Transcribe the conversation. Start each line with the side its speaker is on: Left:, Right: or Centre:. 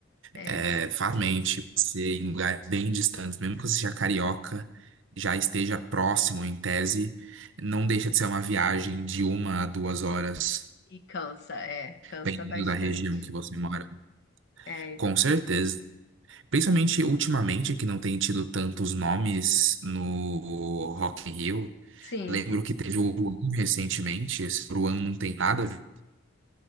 Left: É.
Right: é, farmente, ser em lugares bem distantes, mesmo que você seja carioca, já esteja próximo em tese, não deixa de ser uma viagem de uma a duas horas,
Left: E cansa, é, cansa
Right: dependendo
Left: bastante.
Right: da região que você mora.
Left: É,
Right: Com certeza. Principalmente ultimamente, que não tem tido tantos nomes no Rock in Rio.
Left: sim,
Right: Lembro que teve o Luan recentemente, esse Luan não tem nada a ver.